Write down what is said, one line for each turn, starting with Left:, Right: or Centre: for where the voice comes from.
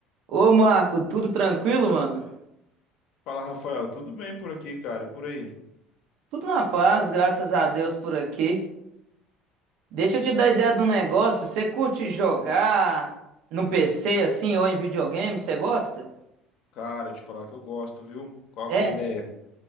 Right: Ô Marco, tudo tranquilo, mano?
Left: Fala, Rafael, tudo bem por aqui, cara? E por aí?
Right: Tudo na paz, graças a Deus por aqui. Deixa eu te dar ideia de um negócio. Você curte jogar no PC assim ou em videogame? Você gosta?
Left: Cara, te falar que eu gosto, viu? Qual
Right: É.
Left: que é a ideia?